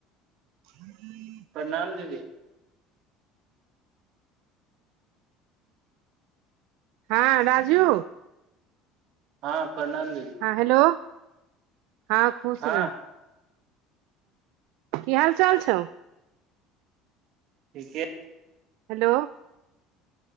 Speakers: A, on the right; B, on the right.
A: ह
B: प्रणाम दीदी
A: हँ राजू
B: हँ प्रणाम दीदी
A: हँ हेलो हँं खुश
B: हँ
A: रहे की हाल चाल छौ
B: ठीके
A: हेलो